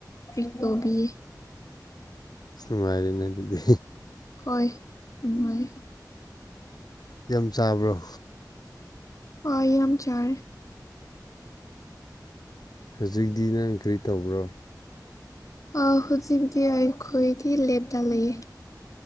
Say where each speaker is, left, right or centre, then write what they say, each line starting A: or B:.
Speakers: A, on the left; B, on the left.
A: ꯇꯔꯤꯠ ꯇꯧꯕꯤꯌꯦ
B: ꯅꯨꯡꯉꯥꯏꯔꯦꯅꯦ ꯑꯗꯨꯗꯤ
A: ꯍꯣꯏ ꯅꯨꯡꯉꯥꯏꯌꯦ
B: ꯌꯥꯝ ꯆꯥꯕ꯭ꯔꯣ
A: ꯍꯣꯏ ꯌꯥꯝ ꯆꯥꯔꯦ
B: ꯍꯨꯖꯤꯛꯗꯤ ꯅꯪ ꯀꯔꯤ ꯇꯧꯕ꯭ꯔꯣ
A: ꯑ ꯍꯨꯖꯤꯛꯇꯤ ꯑꯩꯈꯣꯏꯗꯤ ꯂꯦꯞꯇ ꯂꯩꯌꯦ